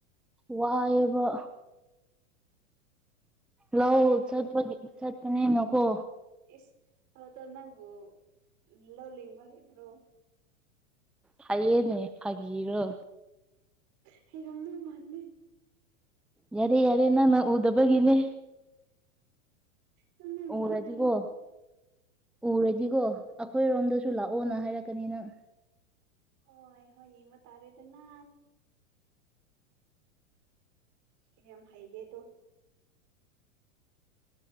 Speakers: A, in the centre; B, on the right.
A: ꯋꯥ ꯑꯦ ꯕ ꯂ
B: ꯌꯥꯝ
A: ꯆꯠꯄꯒꯤ ꯆꯠꯄꯅꯦ ꯅꯀꯣ
B: ꯑꯦꯁ ꯇ ꯇ ꯅꯪꯕꯨꯣ ꯂꯂꯤꯕ ꯍꯥꯏꯕ꯭ꯔꯣ
A: ꯍꯥꯏꯥꯏꯌꯦꯅꯦ ꯐꯥꯒꯤꯔꯣ
B: ꯑꯩꯔꯝꯝꯕ ꯃꯥꯟꯗꯦ
A: ꯌꯥꯔꯦ ꯌꯥꯔꯦ ꯅꯪ ꯎꯗꯕꯒꯤꯅꯦ
B: ꯅꯪꯅ ꯌꯦꯡꯕ
A: ꯎꯔꯗꯤꯒꯣ
B: ꯇꯥꯔꯦ
A: ꯎꯔꯗꯤꯒꯣ ꯑꯩꯈꯣꯏꯔꯣꯝꯗꯁꯨ ꯂꯥꯛꯑꯣꯅ ꯍꯥꯏꯔꯛꯀꯅꯤꯅꯪ
B: ꯍꯣꯏ ꯍꯣꯏ ꯌꯦ ꯃ ꯇꯥꯔꯦꯗꯅ ꯀ ꯌꯥꯝ ꯍꯩꯒꯦꯗꯣ